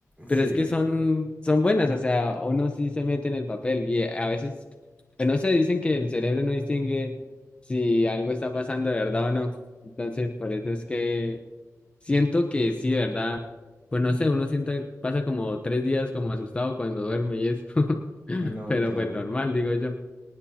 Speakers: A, on the right; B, on the left.
A: Sí,
B: pero es que son, son buenas, o sea, uno sí se mete en el papel y a veces, pues no sé, dicen que el cerebro no distingue si algo está pasando de verdad o no. Entonces, por eso es que siento que sí, de verdad, pues no sé, uno siente, pasa como tres días como asustado cuando duerme y eso, <laughs>
A: no,
B: pero
A: claro.
B: pues normal, digo yo.